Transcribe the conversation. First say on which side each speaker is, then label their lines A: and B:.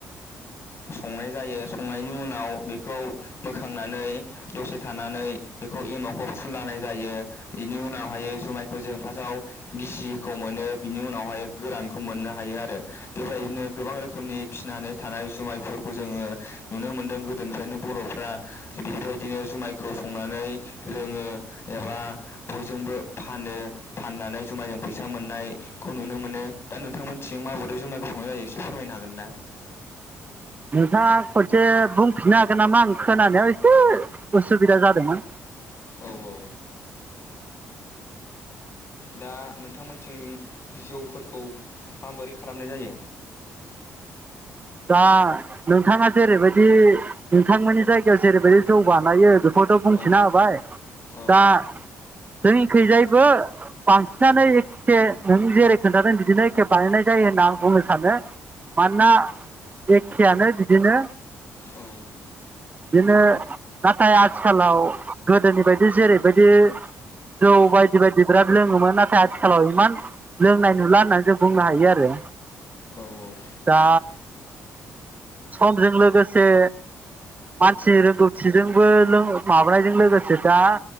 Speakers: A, on the left; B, on the right.
A: संनाय जायो संनायनि उनाव बेखौ बोखांनानै दसे थानानै बेखौ एमावखौ फुनलनाय जायो बेनि उनावहाय जुमायखौ जों फार्स्टआव गिसिखौ मोनो बिनि उनावहाय गोरानखौ मोननो हायो आरो बेबायदिनो गोबां रोखोमनि फिसिनानै थानाय जुमायफोरखौ जोङो नुनो मोनदों गोदोनिफ्रायनो बर'फ्रा बेबायदिनो जुमायखौ संनानै लोङो एबा बयजोंबो फानो फाननानै जुमायाजों फैसा मोननाय खौ नुनो मोनो दा नोंथांमोनथिं माबो जुमाइखौ संनाय जायो एसे फोरमायनो हागोन ना
B: नोंथाङा खनसे बुंफिननो हागोन नामा आं खोनानायाव एसे उसुबिदा जादोंमोन।
A: औ औ दा नोंथांमोनथिं जौफोरखौ माबोरै खालामनाय जायो।
B: दा नोंथाङा जेरैबायदि नोंथांमोननि जायगायाव जेरैबायदि जौ बानायो बेखौथ' बुंथिना
A: औ
B: होबाय
A: औ
B: दा जोंनिखैजायबो बांसिनानो एखे नों जेरै खोन्थादों बिदिनो एखे बानायनाय जायो होनना आं बुंनो सानो मानोना एखेयानो बिदिनो
A: औ
B: बिदिनो नाथाय आथिखालाव गोदोनि बायदि जेरैबायदि जौ बायदि बायदि बिराद लोङोमोन नाथाय आथिखालाव इमान लोंनाय नुला होननानै जों बुंनो हायो आरो
A: औ औ
B: दा समजों लोगोसे मानसिनि रोंगौथिजोंबो माबानायजों लोगोसे दा